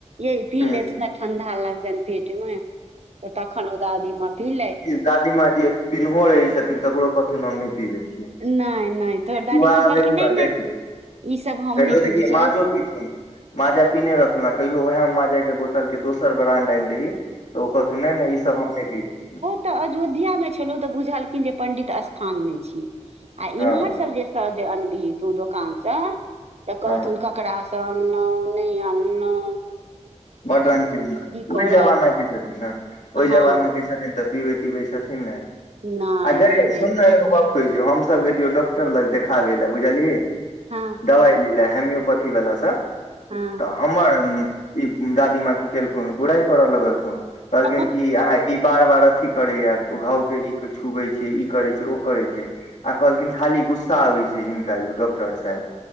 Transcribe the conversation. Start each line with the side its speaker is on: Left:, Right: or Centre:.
Right: यै पी
Left: ह
Right: लएथु ने ठंडा लगतनि पेटमे तखन ओ दादीमां पिलथि
Left: दादीमां जे पिन्हो रहै छथिन तकरो कहथुन हम नै पिबै छी
Right: नहि नहि तोहर दादीमाँ
Left: दुबारा
Right: कहलखिन
Left: देबहुन
Right: नहि
Left: ने देखी,
Right: नहि ई सब हम
Left: कहिओ
Right: नहि
Left: देखही
Right: पीबै छियै
Left: माजो पिथुन माजा पिने रहथुन आ कहियो उहा माजाके बोतल के दोसर ब्रांड आइनदही त ओ कह नै नै ई सब हम नैप पिबै छी
Right: त अयोध्यामे छलौ त बुझलखिन जे पंडित स्थानमें छी आ
Left: हँ
Right: इम्हर सब जे तऽ जे अनबिही तू दोकानस त कहथुन
Left: हँ
Right: ककरास अनलौ नै अनलौ
Left: बड रंगके ओइ
Right: करब
Left: जमाना के छथिन न
Right: हँ
Left: ओइ जमाना के छथिन त पिबै तिबै छथिन नैय,
Right: नहि
Left: आ गै
Right: पीबै
Left: सुन न एगो गप हमसब गेलियौ डॉक्टर लग देखाबै ले बुझलही,
Right: हँ
Left: दवाइ लै ले हेमियो पथी वला स
Right: हँ
Left: त हमर ई दादी मां की केलखुन बुराई करऽ लगलखुन कहलखिन
Right: हँ
Left: की आहा आइ ई बार बार अथी करैया ओ घावके ई छुबै छै ई करै छै ओ करै छैय आ कहलखिन खाली गुस्सा आबै छै हिनका यौ डॉक्टर साहेब